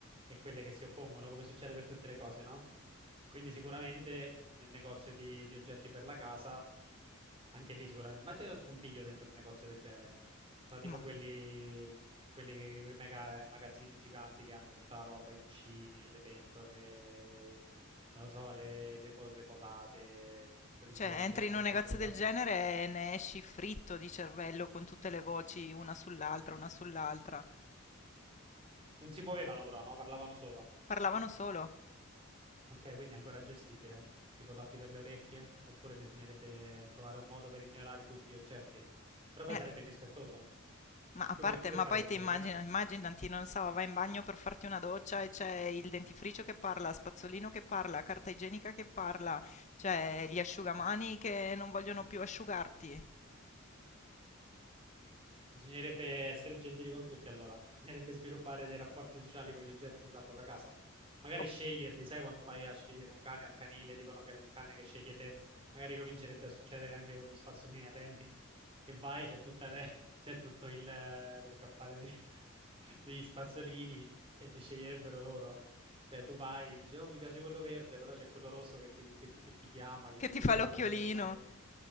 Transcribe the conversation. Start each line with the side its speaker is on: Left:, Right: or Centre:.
Right: e quelle che si oppongono, come succede per tutte le cose, no? Quindi sicuramente nel negozio di, di oggetti per la casa, anche lì sicuramente... Immagina lo scompiglio dentro un negozio del genere. No, tipo
Left: Ma...
Right: quelli, quelli che- quei mega- magazzini giganti che hanno tutta la roba, i cuscini, le pentole, non lo so, le le pos- le posate, quelli
Left: Cioè,
Right: giganteschi
Left: entri in un
Right: con
Left: negozio
Right: tutte le cose.
Left: del genere e ne esci fritto di cervello con tutte le voci, una sull'altra, una sull'altra.
Right: Non si muovevano però, no? Parlavano solo.
Left: Parlavano solo.
Right: Ok, quindi è ancora gestibile. Tipo tappi per le orecchie, oppure bisognerebbe trovare un modo per ignorare tutti gli oggetti. Però poi
Left: Eh.
Right: sarebbe irrispettoso.
Left: Ma a
Right: Tu
Left: parte
Right: che, tu che
Left: ma
Right: faresti?
Left: poi te immagina
Right: Ma chi-
Left: immaginati, non so, vai in bagno per farti una doccia e c'è il dentifricio che parla, spazzolino che parla, carta igienica che parla, cioè gli asciugamani che non vogliono più asciugarti,
Right: Bisognerebbe essere gentili con tutti, allora. Bisognerebbe sviluppare dei rapporti sociali con gli oggetti della propria casa. Magari
Left: o
Right: sceglierli, sai, quando vai a scegliere un cane al canile, dicono che è il cane che scegli te, magari comincerebbe a succedere anche con gli spazzolini da denti, che vai, c'è tutta le- <laughs> c'è tutto il, eh, lo scaffale dei- <laughs> degli spazzolini e ti sceglierebbero loro. Se tu vai, dici, oh, mi piace quello verde, però c'è quello rosso che ti, che- che ti chiama, che
Left: che
Right: ti
Left: ti
Right: dice,
Left: fa
Right: vieni
Left: l'occhiolino.
Right: da me, vieni da me.